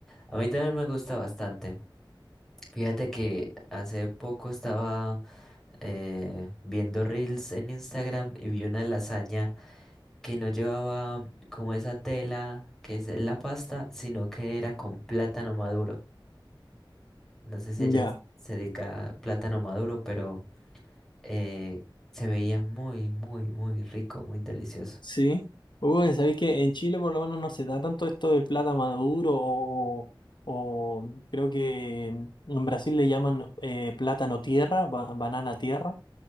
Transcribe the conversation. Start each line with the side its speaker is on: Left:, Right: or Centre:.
Centre: A mí también me gusta bastante. Fíjate que hace poco estaba eh, viendo reels en Instagram y vi una lasaña que no llevaba como esa tela que es la pasta, sino que era con plátano maduro. No sé si
Left: Ya,
Centre: allá se dedica a plátano maduro, pero eh, se veía muy, muy, muy rico, muy delicioso.
Left: sí. Uy, sabéis que en Chile por lo menos no se da tanto esto del plátano maduro o, o creo que en Brasil le llaman eh, plátano tierra, ba- banana tierra.